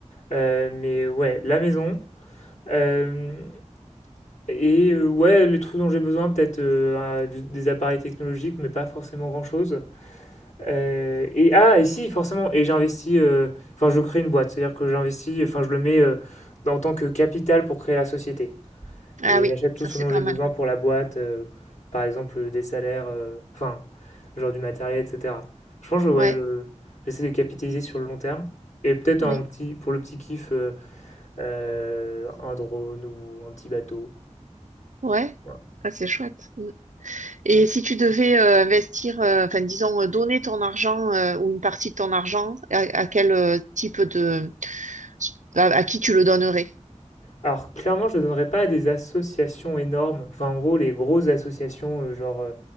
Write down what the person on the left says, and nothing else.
Euh, mais ouais, la maison. Euh, et euh, ouais, les trucs dont j'ai besoin, peut-être euh, un- du- des appareils technologiques, mais pas forcément grand-chose. Euh, et ah, et si, forcément, et j'investis, euh, enfin, je crée une boîte, c'est-à-dire que j'investis, enfin, je le mets euh, en tant que capital pour créer la société.
Et
j'achète tout
ce
dont
j'ai besoin
pour la boîte, euh, par exemple, euh, des salaires, euh, enfin, genre du matériel, etc. Je pense que ouais,
je, j'essaie de capitaliser sur le long terme. Et peut-être
un petit, pour le petit kiff, euh, euh, un drone ou un petit bateau.
Voilà.
Alors clairement, je ne donnerais pas à des associations énormes, enfin en gros les grosses associations euh, genre euh,